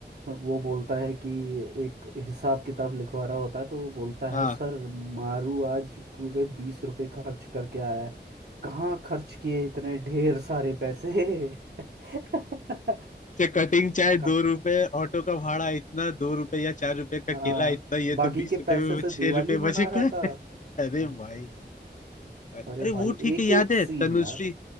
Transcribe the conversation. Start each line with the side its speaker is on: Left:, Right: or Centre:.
Right: वो बोलता है कि एक हिसाब किताब लिखवा रहा होता है तो वो बोलता
Left: हाँ
Right: है सर मारू आज पूरे बीस रुपए खर्च करके आया है कहाँ खर्च किए इतने ढेर सारे पैसे <laughs>
Left: से कटिंग चाहे दो
Right: कहाँ
Left: रुपए ऑटो का भाड़ा इतना दो रुपए या चार रुपए का
Right: हाँ
Left: केला इतना ये
Right: बाकी
Left: तो बीस
Right: के
Left: रुपए
Right: पैसे
Left: में
Right: से
Left: छह
Right: दिवाली
Left: रुपए
Right: मना
Left: बचेगा
Right: रहा था
Left: <laughs> अरे
Right: हाँ
Left: भाई अरे
Right: अरे भाई
Left: वो ठीक
Right: एक
Left: है याद
Right: एक
Left: है
Right: सीन
Left: तनुश्री
Right: यार